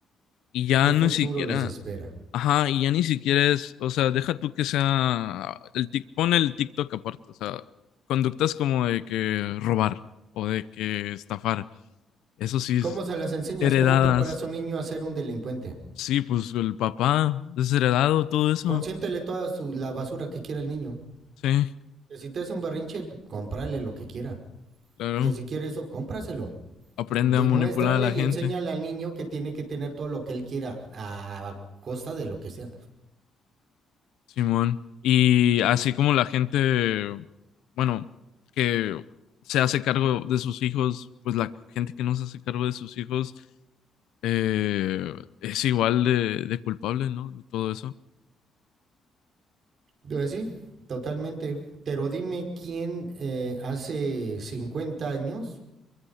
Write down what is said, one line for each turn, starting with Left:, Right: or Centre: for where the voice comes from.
Left: y ya
Right: ¿Qué
Left: ni
Right: futuro
Left: siquiera,
Right: les espera?
Left: ajá, y ya ni siquiera es, o sea, deja tú que sea, el tic, pone el TikTok aparte, o sea, conductas como de que robar o de que estafar, eso sí, es
Right: ¿Cómo se las enseñas?
Left: heredadas,
Right: ¿Cómo preparas a un niño a ser un delincuente?
Left: sí, pues el papá, desheredado, todo eso,
Right: Consiéntele toda su- la basura que quiera el niño.
Left: sí,
Right: Que si te hace un barrinche, cómprale lo que quiera.
Left: claro,
Right: Que si quiere eso, cómpraselo.
Left: aprende
Right: Demuéstrale
Left: a manipular a la
Right: y
Left: gente.
Right: enséñale al niño que tiene que tener todo lo que él quiera a costa de lo que sea.
Left: Simón. Y así como la gente, bueno, que se hace cargo de sus hijos, pues la gente que no se hace cargo de sus hijos eh, es igual de, de culpable, ¿no? De todo eso.
Right: Pues sí, totalmente. Pero dime quién eh, hace 50 años